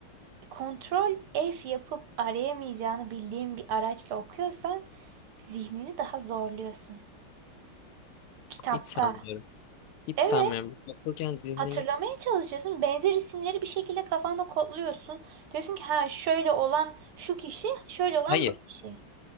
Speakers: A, on the right; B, on the left.
A: Kontrol F yapıp arayamayacağını bildiğin bir araçla okuyorsan zihnini daha zorluyorsun. Kitapta.
B: hiç sanmıyorum. Hiç
A: Evet.
B: sanmıyorum. Okurken zihnimi...
A: Hatırlamaya çalışıyorsun. Benzer isimleri bir şekilde kafanda kodluyorsun. Diyorsun ki ha şöyle olan şu kişi, şöyle olan
B: Hayır.
A: bu kişi.